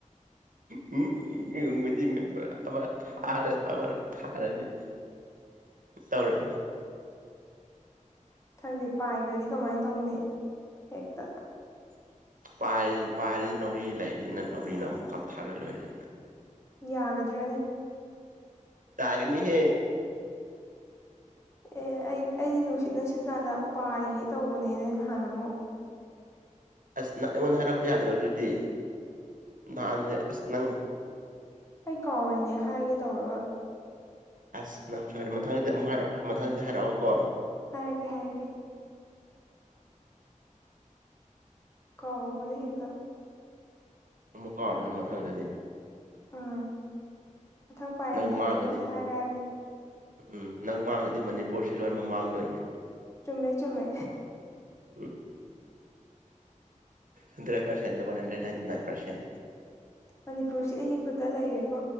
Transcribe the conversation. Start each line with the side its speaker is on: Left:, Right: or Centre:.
Right: ꯎꯝ ꯌꯦꯕꯗꯤ ꯑꯃ ꯊꯥ ꯊꯔꯗꯤ꯫ ꯇꯧꯔꯅꯤ
Left: ꯈꯪꯗꯦ ꯄꯥꯏꯈ꯭ꯔꯗꯤ ꯀꯃꯥꯏꯅ ꯇꯧꯅꯤ ꯍꯦꯛꯇ
Right: <inaudible> ꯄꯥꯏꯔꯤ ꯄꯥꯏꯔꯤ ꯅꯥꯎꯔꯤ ꯂꯩꯔꯤꯅꯤꯅ ꯅꯥꯎꯔꯤꯅ ꯑꯃꯨꯛ ꯀꯥꯞꯊꯥꯔ ꯂꯣꯏꯔꯦ꯫
Left: ꯌꯥꯒꯗ꯭ꯔꯅꯦ
Right: ꯇꯥꯒꯅꯤ ꯍꯦ
Left: ꯑꯦ ꯑꯩ ꯑꯩꯗꯤ ꯅꯨꯡꯁꯤꯠ ꯅꯨꯡꯁꯤꯠꯀꯥꯟꯗ ꯄꯥꯏꯒꯦ ꯇꯧꯕꯅꯦꯅꯦ ꯅꯍꯥꯟ ꯑꯃꯨꯛ
Right: ꯑꯁ ꯅꯪ ꯑꯩꯉꯣꯟꯗ ꯍꯥꯏꯔꯛꯄ ꯌꯥꯗ꯭ꯔꯣ ꯑꯗꯨꯗꯤ ꯅꯍꯥꯟꯅꯦ ꯑꯁ ꯅꯪ
Left: ꯑꯩ ꯀꯥꯎꯔꯤꯅꯦ ꯍꯥꯏꯒꯦ ꯇꯧꯔꯒ꯫
Right: ꯑꯁ ꯅꯪ ꯁꯣꯏꯔꯦ ꯃꯊꯪꯗꯤ ꯑꯃꯨꯛ ꯍꯥꯏꯔꯛꯑꯣ ꯃꯊꯪꯗꯤ ꯍꯥꯏꯔꯛꯑꯣꯀꯣ꯫
Left: ꯍꯥꯏꯔꯛꯀꯦ ꯍꯥꯏꯔꯛꯀꯦ꯫ ꯀꯥꯎꯕꯅꯦ ꯍꯦꯛꯇ
Right: ꯑꯃꯨꯛ ꯀꯥꯎꯔꯅꯨ ꯃꯊꯪꯗꯗꯤ꯫
Left: ꯎꯝ ꯃꯊꯪ ꯄꯥꯏꯔꯝꯗꯥꯏꯗ
Right: ꯅꯪ ꯃꯥꯡꯉꯗꯤ
Left: ꯍꯦꯛꯇ ꯍꯥꯏꯔꯛꯑꯒꯦ꯫
Right: ꯎꯝ ꯅꯪ ꯃꯥꯡꯉꯗꯤ ꯃꯅꯤꯄꯨꯔꯁꯤ ꯂꯣꯏꯅ ꯃꯛ ꯃꯥꯡꯗꯣꯏꯅꯤ꯫
Left: ꯆꯨꯝꯃꯦ ꯆꯨꯝꯃꯦ
Right: ꯎꯝ ꯍꯟꯗ꯭ꯔꯦꯠ ꯄꯔꯁꯦꯟꯗ ꯋꯥꯟꯍꯟꯗ꯭ꯔꯦꯠ ꯅꯥꯏꯟꯇꯤꯅꯥꯏꯟ ꯄꯔꯁꯦꯟ
Left: ꯃꯅꯤꯄꯨꯔꯁꯤ ꯑꯩꯒꯤ ꯈꯨꯠꯇ ꯂꯩꯔꯦꯀꯣ꯫